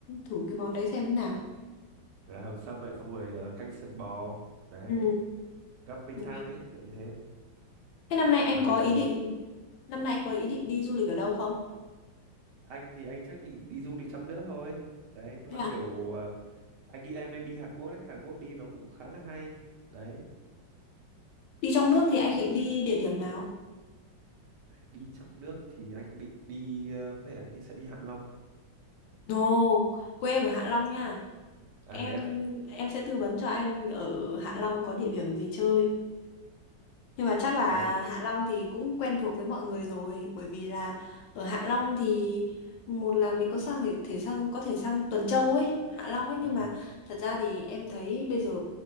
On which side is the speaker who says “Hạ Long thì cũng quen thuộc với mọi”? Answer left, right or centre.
Left